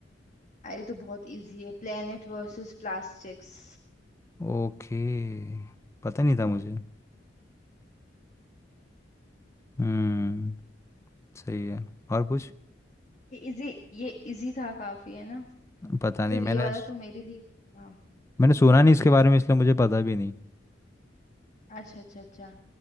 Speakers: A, on the left; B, on the left.
A: अरे तो बहुत इजी है प्लेनेट वर्सेस प्लास्टिक्स
B: ओके पता नहीं था मुझे हम्म सही है और कुछ
A: ये इजी ये इजी था काफी है ना
B: पता
A: मतलब
B: नहीं मैंने
A: ये वाला तो मेरे लिए easy था
B: मैंने सुना नहीं इसके बारे में इसलिए मुझे पता भी नहीं
A: अच्छा अच्छा अच्छा